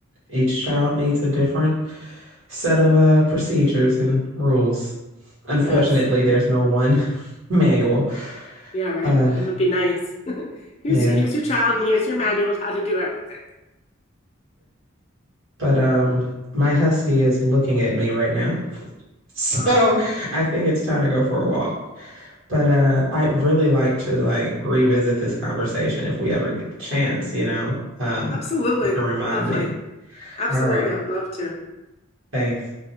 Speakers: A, on the right; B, on the left.
A: Each child needs a different set of uh, procedures and rules. Unfortunately,
B: Yes.
A: there's no one <laughs> manual.
B: Yeah, right.
A: Uh,
B: It would be nice. <laughs> here's
A: yeah.
B: here's your child and here's your manual on how to do everything.
A: But um, my husky is looking at me right now. <laughs> So
B: Aw,
A: I think it's time to go for a walk. But uh, i really like to like revisit this conversation if we ever get the chance, you know. Um,
B: Absolutely.
A: you can remind
B: Lovely.
A: me.
B: Absolutely.
A: All right.
B: I'd love to.
A: Thanks.